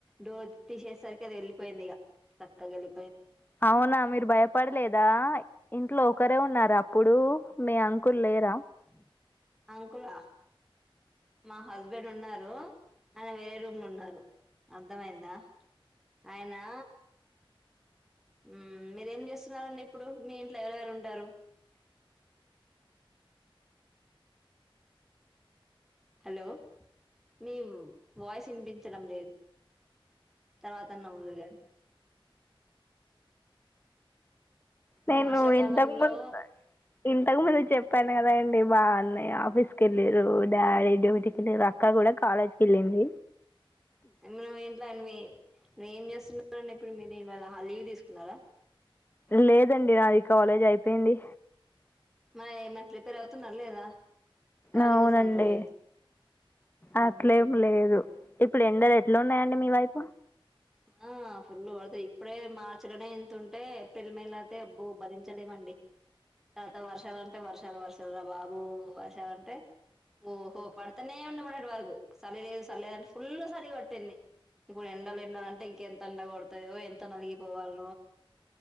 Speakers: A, in the centre; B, on the left.
A: డో తీశేసరికి అది వెళ్ళిపోయింది ఇక చక్కగా వెళ్ళి
B: అవునా మీరు భయపడలేదా ఇంట్లో ఒకరే ఉన్నారు అప్పుడు మీ అంకుల్ లేరా
A: అంకులా మా హస్బెండ్ ఉన్నారు అనే వేరే రూమ్ లో ఉన్నారు అర్థమయిందా అయనా ఉమ్ మీరేం చేస్తున్నారండి ఇప్పుడు మీ ఇంట్ల ఎవరెవరు ఉంటారు హలో మీ వాయిస్ ఇన్పి చడం లేదు తర్వాత నవ్వుదువు కానీ
B: నేను
A: వర్షాకాలంలో
B: ఇంతకు ముందు ఇంతకు ముందు చెప్పాను కదా అండి మా అన్నయ్య ఆఫీస్ కెళ్ళిరు డాడీ డ్యోటికిళ్ళిరు అక్క కూడా కాలేజ్ కి వెళ్ళింది
A: మన ఏంట్ల అని నువ్వు ఏం చేస్తున్నడి ఇప్పుడు మీరువ్వాల లీవ్ తీసుకున్నారా
B: లేదండి నాది కాలేజ్ అయిపోయింది
A: మరి ఏమనా ప్రిపేర్ అవుతున్నార లేదా ఖాళీ
B: అవునండి
A: కూర్చొని ఉంటారా ఇంట్లో
B: అట్లేం లేదు ఇప్పుడు ఎండ ఎట్లా ఉన్నాయండి మీ వైపు
A: ఆ ఫుల్ పడుతాయి ఇప్పుడే మార్చి లోనే ఇంతుంటే ఏప్రిల్ మేలో అయితే అబ్బో భరించలేమండి ఉంది తర్వాత వర్షాలుంటే వర్షాలు వర్షాలు రా బాబు వర్షాలుంటే ఓహో పడుతనే ఉండే మొన్నటి వరకు సలి లేదు సర్లేదని ఫుల్ సలి కొట్టింది ఇప్పుడు ఎండలు ఎండలు అంటే ఇంకెంత ఎండ పడతాయో ఎంత నలిగిపోవాలొ